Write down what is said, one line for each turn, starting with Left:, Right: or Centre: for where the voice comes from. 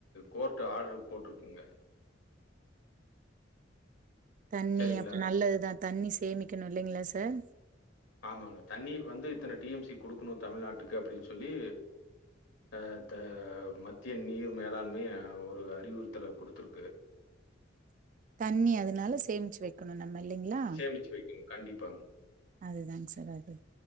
Left: கோர்ட் ஆர்டரு போட்ருக்குங்க
Right: தண்ணி
Left: சரிங்களா?
Right: அப்ப நல்லதுதா தண்ணி சேமிக்கணு இல்லைங்களா சார்
Left: ஆமாங்க தண்ணி வந்து இத்தன டி எம் சி குடுக்கணு தமிழ்நாட்டுக்கு அப்டின்னு சொல்லி அ த மத்திய நீர் மேலாண்மை ஒரு அறிவுறுத்தல குடுத்துருக்கு
Right: தண்ணி அதனால சேமிச்சு வைக்கணு நம்ம இல்லைங்களா
Left: சேமிச்சு வைக்கணும். கண்டிப்பாங்க.
Right: அதுதாங்க சார் அ